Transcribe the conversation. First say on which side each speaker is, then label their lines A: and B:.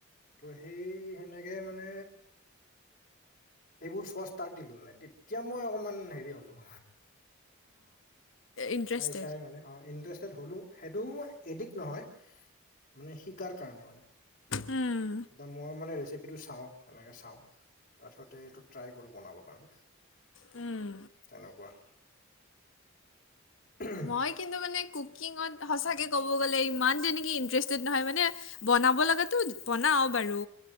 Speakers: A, on the left; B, on the left.
A: ত' সেই সেনেকেই মানে এইবোৰ চোৱা ষ্টাৰ্ট দিলো মানে, তেতিয়া মই অকমান হেৰি হ'লো।
B: ইণ্টাৰেষ্ট
A: চাই চাই মানে ইণ্টাৰেষ্টেড হ'লো, সেইটো এডিক্ট নহয়, মানে শিকাৰ কাৰণে মানে।
B: উম।
A: এতিয়া মই মানে ৰেচিপিটো চাওঁ, সেনেকে চাওঁ তাৰপিছতে এইটো ট্ৰাই কৰো, বনাবৰ কাৰণে।
B: উম।
A: তেনেকুৱা, হুম।
B: মই কিন্তু মানে কুকিঙত সঁচাকৈ ক'ব গ'লে, ইমান তেনেকৈ ইণ্টাৰেষ্টেড নহয় মানে। বনাব লগাতো বনাওঁ বাৰু